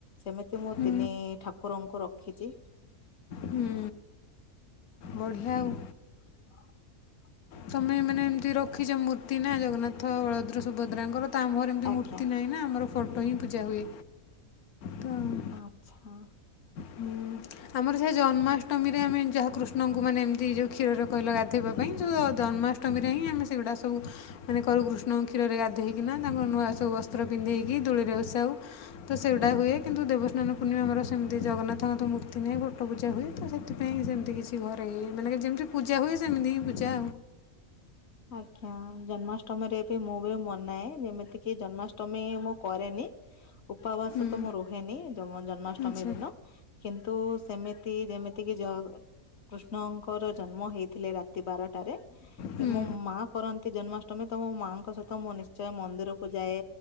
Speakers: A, on the left; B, on the left.
A: ସେମିତି ମୁଁ
B: ହୁଁ
A: ତିନି ଠାକୁ କୁକୁରଙ୍କୁ ରଖିଛି।
B: ହୁଁ ବଢ଼ିଆ ଆଉ।
A: ହଁ
B: ତମେ ମାନେ ଏମିତି ରଖିଛ ମୂର୍ତ୍ତି ନା? ଜଗନ୍ନାଥ, ବଳଭଦ୍ର, ସୁଭଦ୍ରାଙ୍କର? ତ ଆମର ଏମିତି
A: ଆଜ୍ଞା
B: ମୂର୍ତ୍ତି ନାହିଁ ନା। ଆମର ଫଟୋ ହିଁ ପୂଜା ହୁଏ। ତ
A: ଆଛା।
B: ହୁଁ, ଆମର ଯାହା ଜନ୍ମାଷ୍ଟମୀରେ, ଆମେ ଯାହାକୃଷ୍ଣଙ୍କୁ ମାନେ ଏମିତି ଯଉ କ୍ଷୀରରେ କହିଲ ଗା ଥିବା ପାଇଁ ଯଉଁ ଜନ୍ମା ଅଷ୍ଟମୀରେ ହିଁ ଆମେ ସେଗୁଡା ସବୁ କରୁ, କୃଷ୍ଣଙ୍କ କ୍ଷୀରେ ଗଧୋଇକିନା ତାଙ୍କ ନୂଆ ସବୁ ବସ୍ ସ୍ତ୍ର, ପୀନ୍ଧେଇକି ଦୋଳିରେ ବସାଉ। ତ ସେଇଗୁଡା ହୁଏ। କିନ୍ତୁ ଦେବସ୍ନାନ ପୂର୍ଣ୍ଣିମା ଆମର, ସେମତି ଜନ୍ନାଥଙ୍କ ତ ମୁ ମୂର୍ତ୍ତୀ ନାହିଁ ଫୋଟ ପୂଜା ହୁଏ। ତ ସେଥିପାଇଁ ସେମିତି କିଛି ଘରେ, ମାନେ ଯେମିତି ପୂଜା ହୁଏ। ସେମିତି ହିଁ ପୁଜା।
A: ଆଜ୍ଞା ଜନ୍ମାଷ୍ଟମୀରେ ବି ମୁଁ ବି ମନାଏ। ଯେମିତି କି ଜନ୍ମାଷ୍ଟମୀ ମୁଁ କରେନି। ଉପାବାସ
B: ହୁଁ,
A: ତ ମୁଁ ରୁହେନି, ଜନ୍ମାଷ୍ଟମୀ
B: ଆଚ୍ଛା
A: ଦିନ। କିନ୍ତୁ ସେମିତି ଯେମିତି କି ତ କୃଷ୍ଣଙ୍କ ର, ଜନ୍ମ ହେଇଥିଲେ, ରାତି ବାରଟାରେ।
B: ହୁଁ,
A: ଏ
B: ହୁଁ,
A: ମୋ ମା କରନ୍ତି ଜନ୍ମାଷ୍ଟମୀ। ତ ମୋ ମାଆଙ୍କ ସହିତ ମୁଁ ନିଶ୍ଚୟ ମନ୍ଦିର କୁ ଯାଏ